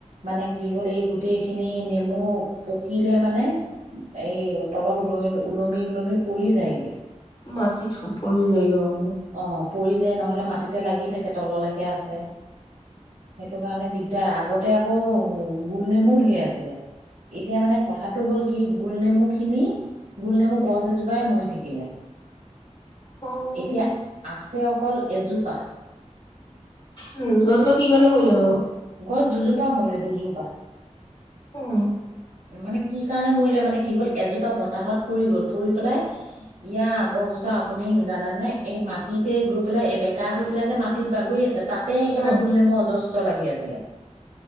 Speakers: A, on the right (about 70°); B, on the left (about 35°).
A: মানে কি হ'ল এই- গোটেইখিনি নেমু- পকিলে মানে- এই তলত ওল ওলমি- উলমি পৰি যায়গে।
B: মাটিত পৰি যায়গে অ।
A: অ। পৰি যায় নহলে মাটিতে লাগি থাকে তললৈকে আছে। সেইটো কাৰণে দি- এতিয়া আগতে আকৌ গোল নেমু ঢেৰ আছিলে, এতিয়া মানে কথাটো হ'ল কি গোল নেমুখিনি গোলনেমু গছ এজোপাই মৰি থাকিলে।
B: উম।
A: এতিয়া আছে অকল এজোপা
B: উম, গছজোপা কি কাৰণে মৰিলে? অ।
A: গছ দুজোপা মৰিলে দুজোপা।
B: উম ।
A: মানে কি কাৰণে মৰিলে মানে কি হ'ল এজোপা বতাহত পৰি গল, পৰি পেলাই ইয়াৰ আগৰ বছৰ আপুনি জানেনে, এই মাটিতে গৈ পেলাই বেকা হৈ পেলাই যে মাটিত বাগৰি আছে। তাতে একেবাৰে
B: অ
A: গোল নেমু অজস্ব- লাগি আছিলে।